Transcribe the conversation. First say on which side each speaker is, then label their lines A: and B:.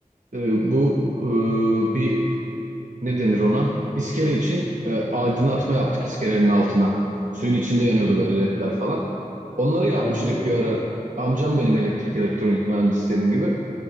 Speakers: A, on the right; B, on the right.
A: e, bu e, bir ne denir ona? İskele için e, aydınlatma yaptık iskelenin altına. Suyun içinde yanıyordu
B: Hı hı.
A: böyle ledler falan. Onları yapmıştık
B: Aa, çok iyi.
A: bir ara. Amcam benim elektrik elektronik mühendisi senin gibi.